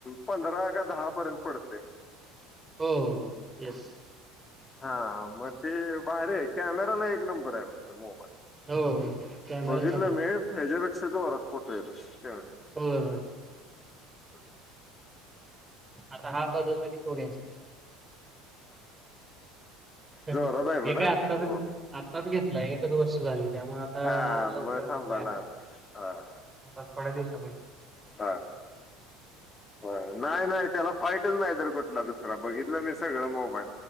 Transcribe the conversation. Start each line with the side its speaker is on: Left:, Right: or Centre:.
Left: पंधरा का दहा पर्यंत पडते
Right: हो हो येस
Left: हा मग ते बार आहे कॅमेराला एक नंबर आहे बघत मोबाईल
Right: हो हो कॅमेरा
Left: बघितलं
Right: चांगला आहे
Left: मी याच्यापेक्षा जोरात फोटोेज येतात
Right: होय होय
Left: <unintelligible> <inaudible>
Right: आता हा बदलला कि तो घ्यायच हे
Left: जोरात आहे पण
Right: काय
Left: हा.
Right: आत्ताच
Left: हो.
Right: आत्ताच घेतलाय एकच वर्ष झाली त्यामुळे आता
Left: हा
Right: लवकर
Left: मग थांबा
Right: नाही
Left: लहान
Right: आता
Left: हा
Right: आता थोड्या दिवसा
Left: हा ह नाहीय नाय तेला फाईटच नाहीतर कुठली दुसर बघितलं मी सगळ मोबाईल